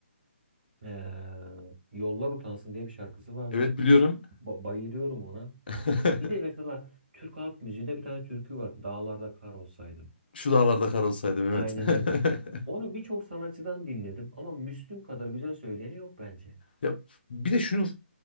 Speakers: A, on the right (about 55°); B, on the left (about 50°).
A: eee, Yollar Utansın diye bir şarkısı vardı.
B: Evet biliyorum.
A: Ba- bayılıyorum ona.
B: <laughs>
A: Bir de mesela Türk halk müziğinde bir tane türkü var. Dağlarda kar olsaydım.
B: Şu dağlarda kar olsaydım evet.
A: Aynen öyle. Onu
B: <laughs>
A: birçok sanatçıdan dinledim ama Müslüm kadar güzel söyleyeni yok bence.
B: Ya bir de şunu